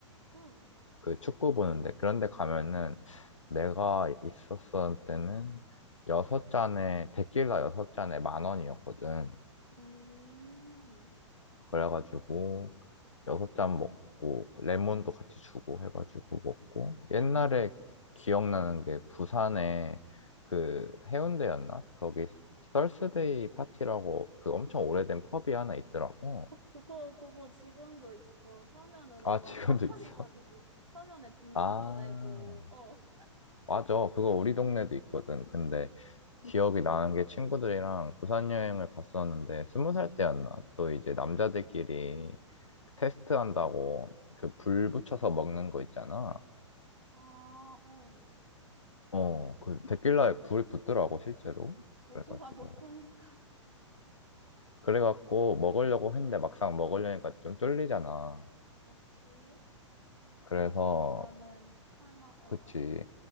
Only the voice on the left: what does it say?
그 축구 보는데 그런 데 가면은 내가 있었을 때는 여섯 잔에 데킬라 여섯 잔에 만 원이었거든.
그래가지고 여섯 잔 먹고 레몬도 같이 주고 해가지고 먹고 옛날에 기억나는 게 부산에 그 해운대였나? 거기 썰스데이 파티라고 그 엄청 오래된 펍이 하나 있더라고.
아,
지금도
있어? <laughs>
아,
맞아. 그거 우리 동네도 있거든. 근데 기억이 나는 게 친구들이랑 부산 여행을 갔었는데 스무 살 때였나? 또 이제 남자들끼리 그 테스트 한다고 그 불 붙여서 먹는 거 있잖아.
어, 그 데킬라에 불이 붙더라고 실제로. 그래가지고
그래갖고 먹으려고 했는데 막상 먹으려니까 좀 쫄리잖아.
그래서
그치.